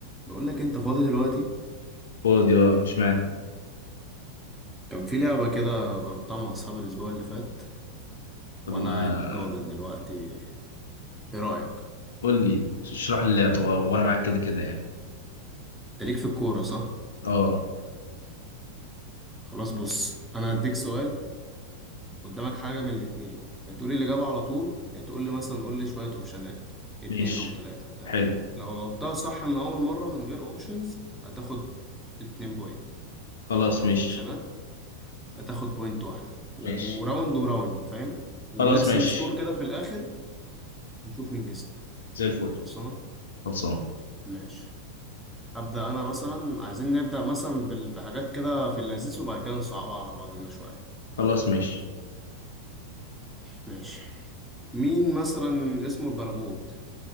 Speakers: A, in the centre; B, on the left.
A: بقول لك انت فاضي دلوقتي
B: فاضي اه اشمعنى
A: كان في لعبة كده جربتها مع اصحابي الاسبوع اللي فات
B: طب
A: وانا
B: ما
A: قاعد جاضد دلوقتي ايه رأيك
B: قول لي اشرح لي اللعبة و- وانا معاك كده كده يعني
A: انت ليك في الكورة صح
B: اه
A: خلاص بص انا هديك سؤال قدامك حاجة من الاتنين يا تقول لي الإجابة على طول يا تقول لي مثلا قول لي شوية اوبشنات اتنين
B: ماشي
A: او تلاتة بتاع
B: حلو
A: لو جاوبتها صح من اول مرة من غير اوبشنز هتاخد اتنين بوينت
B: خلاص
A: لو
B: ماشي
A: باوبشنات هتاخد بوينت واحدة وراوند
B: ماشي
A: وراوند فاهم وبنحسب
B: خلاص ماشي
A: سكور كده في الاخر نشوف مين كسب
B: زي الفل
A: خلصانة
B: خلصان
A: ماشي هبدأ أنا مثلا عايزين نبدأ مثلا بال- بحاجات كده في اللذيذ وبعد كده نصعبها على بعضنا شوية
B: خلاص ماشي
A: ماشي مين مثلا اسمه البرغوت